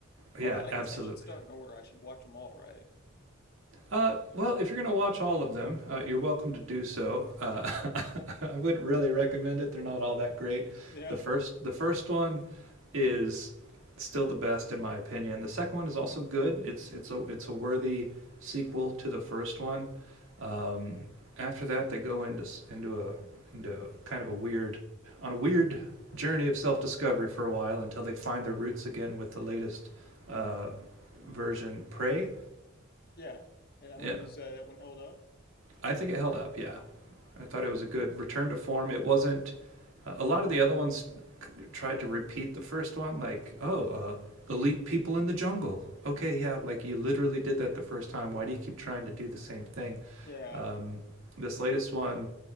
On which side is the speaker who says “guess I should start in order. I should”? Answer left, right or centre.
Left